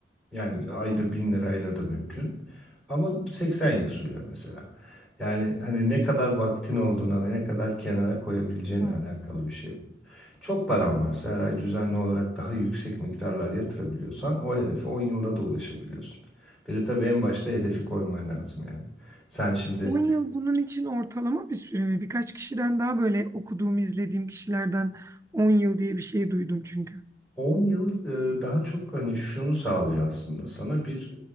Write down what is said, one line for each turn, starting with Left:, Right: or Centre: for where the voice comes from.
Centre: Yani ayda
Right: Hı
Centre: bin lirayla da mümkün. Ama 80 yıl sürüyor mesela. Yani hani ne kadar vaktin olduğuna ve ne kadar kenara koyabileceğinle
Right: hı.
Centre: alakalı bir şey. Çok paran varsa her ay düzenli olarak daha yüksek miktarlar yatırabiliyorsan o hedefe 10 yılda da ulaşabiliyorsun. Bir de tabii en başta hedefi koyman lazım yani. Sen şimdi
Right: 10 yıl bunun için ortalama bir süre mi? Birkaç kişiden daha böyle okuduğum, izlediğim kişilerden 10 yıl diye bir şey duydum çünkü.
Centre: 10 yıl e, daha çok hani şunu sağlıyor aslında sana bir